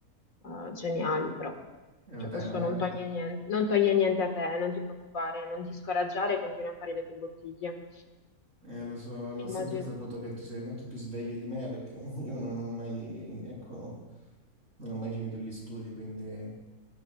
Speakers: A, on the left; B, on the right.
A: eh, geniali, però
B: E vabbè,
A: cioè, questo
B: ma
A: non toglie niente, non toglie niente a te, non ti preoccupare, non ti scoraggiare, continua a fare le tue bottiglie,
B: Eh, lo so, l'ho
A: che
B: sempre
A: immagino...
B: saputo che tu sei molto più sveglio di me perché <laughs> io non ho mai, ecco, non ho mai finito gli studi, quindi...